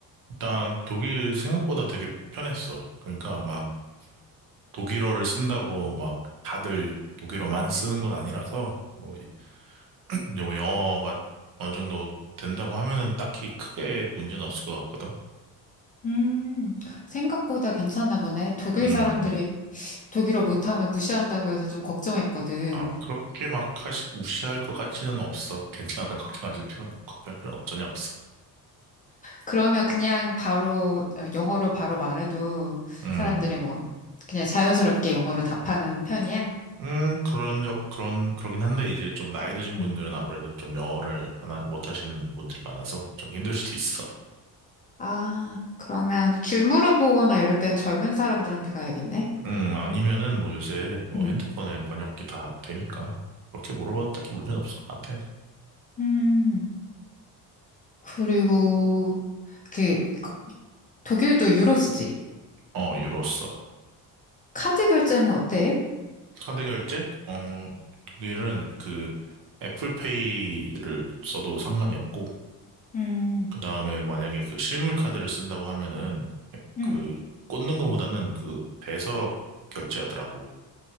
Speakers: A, on the right (about 60°); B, on the left (about 20°).
A: 일단 독일 생각보다 되게 편했어. 그러니까 막 독일어를 쓴다고 막 다들 독일어만 쓰는 건 아니라서 뭐, 이- <clears throat> 이제 뭐 영어가 어느 정도 된다고 하면은 딱히 크게 문제는 없을 것 같거든.
B: 음, 생각보다 괜찮나 보네. 독일
A: 응.
B: 사람들이 독일어 못하면 무시한다고 해서 좀 걱정했거든.
A: 아, 그렇게 막 하시, 무시할 것 같지는 없어. 괜찮아. <laughs> 걱정하실 필요는, 걱정할 필요는 없- 전혀 없어.
B: 그러면 그냥 바로, 어, 영어로 바로 말해도
A: 음,
B: 사람들이 뭐, 그냥 자연스럽게 영어로 답하는 편이야?
A: 음, 그런 적, 그런, 그러긴 한데, 이제 좀 나이 드신
B: 음.
A: 분들은 아무래도 좀 영어를 하나, 못 하시는 분들이 많아서 좀 힘들 수도 있어.
B: 아, 그러면 길 물어보거나 이럴 땐 젊은 사람들한테 가야겠네?
A: 음, 아니면은 뭐 요새 뭐
B: 음.
A: 핸드폰에 번역기 다 되니까, 그렇게 물어봐도 딱히 문제는 없을 것 같아.
B: 음, 그리고, 그, 독일도 유로 쓰지?
A: 어, 유로 써.
B: 카드 결제는 어때?
A: 카드 결제? 어, 독일은 그 애플페이를 써도 상관이 없고,
B: 음,
A: 그 다음에 만약에 그 실물 카드를 쓴다고 하면은
B: 음.
A: 그 꽂는 거보다는 그 대서 결제하더라고.